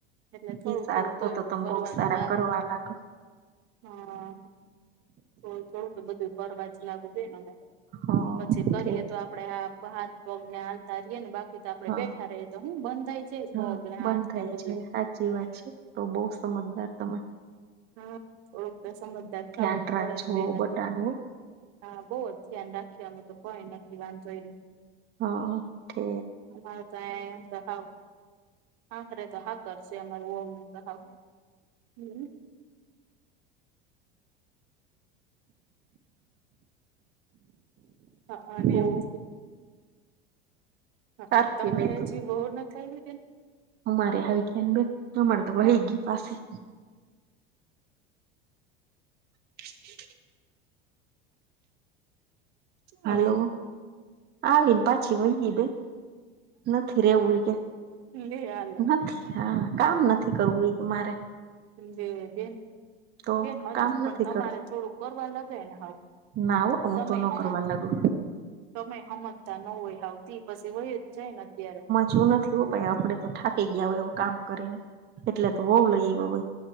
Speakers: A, on the right; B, on the right.
A: એટલે થોડું
B: ઈ સારું
A: થોડું
B: તો
A: તોય
B: તો
A: એને
B: તમે
A: કરવા
B: બહુ સારા
A: તો લાગુ
B: કરવા
A: જ.
B: લાગો
A: હા, તો થોડુંક બધું કરવા જ લાગુ દે ને.
B: હ
A: પછી કરીએ તો આપડે આપ હાથ પગને હલતારીએે ને બા તોયતો આપડે
B: હા
A: બેઠા રએ તો હું બંધ થાય છે, કોગરાટ
B: હા બંધ થાય
A: બધું
B: છે સાચી વાત છે. તો બો સમજદાર તમે.
A: હા, થોડુંક તો સમજદાર
B: ધ્યાન
A: થાવું જ
B: રાખજો
A: પડે ને બે નથી.
B: બટાનું
A: હા બોવ જ ધ્યાન રાખીએ અમે તો કોઈ નથી વાંધો એમ.
B: હા. થો
A: અમારે તાંય ત હાવ, હાંકરે તો હા કરસે અમાર વઉ ને. ત હાવ <unintelligible> હા અને
B: ઓ
A: ઉસી હ
B: સારું
A: અન તમારે
B: કેવાય તો
A: હજી વઉ નથ આયવી બેન.
B: અમારે હવે ક્યાન બે, હમારે તો
A: હા
B: વહી ગી પાસી. હ
A: ક્યાં
B: હાલો. આવીને પાછી વહીની બેન નથી રેવું ઓય કે,
A: વઈ લે હાલે
B: નથી. હા કામ નથી કરવું એકે મારે.
A: મ્મ બે બેન
B: તો
A: બેન હજ
B: કામ
A: પણ
B: નથી
A: તમારે થોડું કરવા લગે ને હાવ.
B: નાવો અ
A: તમે
B: તો ન
A: હમજ
B: કરવા લાગુ.
A: તમે હમજતા ન હોય, હાવતી પસી વય જ જાય ને અત્યારે.
B: જો નથી હો ભાઈ આપડે તો થાકી ગીયા ઓય કામ કરીને એટલે તો વઉ લઈ ભાઈ